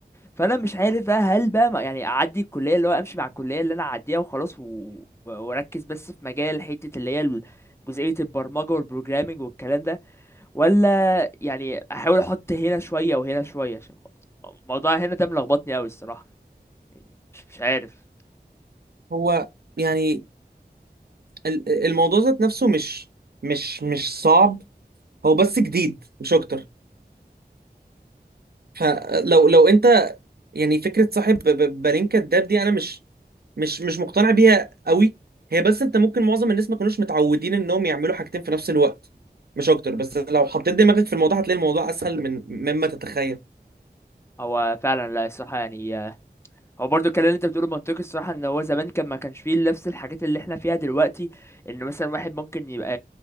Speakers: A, on the left; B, on the right.
A: فانا مش عارف بقى هل بقى ما- يعني اعدي الكليه اللي هو امشي مع الكليه اللي انا اعديها وخلاص و... و- واركز بس في مجال حته اللي هي ال- جزئيه البرمجه والبروجرامينج والكلام ده ولا يعني احاول احط هنا شويه وهنا شويه عشان الموضوع هنا ده ملخبطني قوي الصراحه يعني مش مش عارف
B: هو يعني ال- الموضوع ذات نفسه مش مش مش صعب هو بس جديد مش اكتر فلو لو انت يعني فكره صاحب ب- ب- بالين كداب دي انا مش مش مش مقتنع بيها قوي هي بس انت ممكن معظم الناس ما كانوش متعودين انهم يعملوا حاجتين في نفس الوقت مش اكتر بس لو حطيت دماغك في الموضوع هتلاقي الموضوع اسهل من مما تتخيل
A: هو فعلا لا الصراحه يعني هو برضو الكلام اللي انت بتقوله منطقي الصراحه ان هو زمان كان ما كانش فيه نفس الحاجات اللي احنا فيها دلوقتي انه مثلا واحد ممكن يبقى